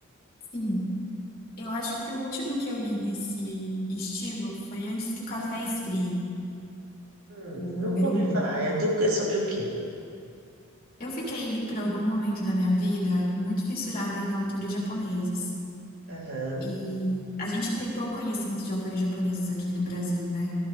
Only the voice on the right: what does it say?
Hum,
nunca
ouvi
falar, é, do, é sobre o quê?
Aham,